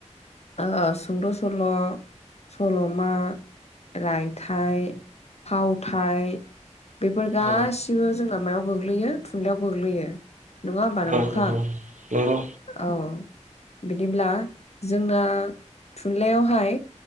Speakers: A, on the left (about 60°); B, on the right (about 85°).
A: ओ सुंद' सल' सल'मा, रायथाइ, फावथाय बेफोर गासिबो
B: औ
A: जोंना मायाव गोग्लैयो थुनलाइयाव गोग्लैयो नङा होमबा
B: नंगौ
A: नोंथां
B: नंगौ
A: औ। बिदिब्ला जोंना थुनलाइयावहाय